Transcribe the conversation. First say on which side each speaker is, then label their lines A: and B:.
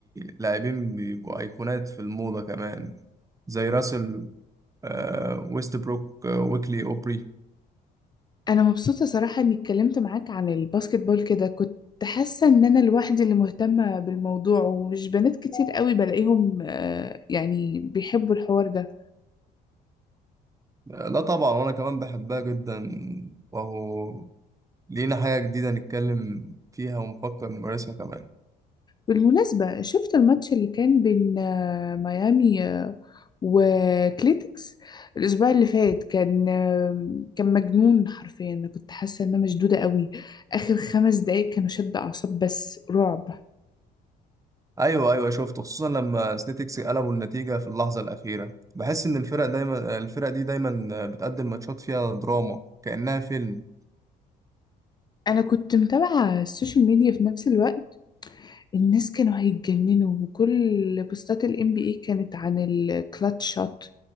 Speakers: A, on the right; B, on the left.
A: لاعبين بيبقوا أيقونات في الموضة كمان زي راسل آه، ويست بروك آه، ويكلي أوبري
B: انا مبسوطة صراحة اني اتكلمت معاك عن الباسكت بول كده كنت حاسة ان انا لوحدي اللي مهتمة بالموضوع ومش بنات كتير قوي بلاقيهم آه، يعني بيحبوا الحوار ده
A: آه، لا طبعا وأنا كمان بحبها جدا وهو لينا حاجة جديدة نتكلم فيها ونفكر نمارسها كمان
B: بالمناسبة شفت الماتش اللي كان بين آه، ميامي آه، وكليتكس الاسبوع اللي فات كان كان مجنون حرفيا انا كنت حاسه ان انا مشدوده قوي اخر خمس دقايق كانوا شد اعصاب بس رعب
A: ايوه ايوه شفته خصوصا لما سنيتكس قلبوا النتيجه في اللحظه الاخيره بحس ان الفرق دايما الفرق دي دايما بتقدم ماتشات فيها دراما كانها فيلم
B: انا كنت متابعه السوشيال ميديا في نفس الوقت الناس كانوا هيتجننوا وكل بوستات الام بي اي كانت عن الكلاتش شوت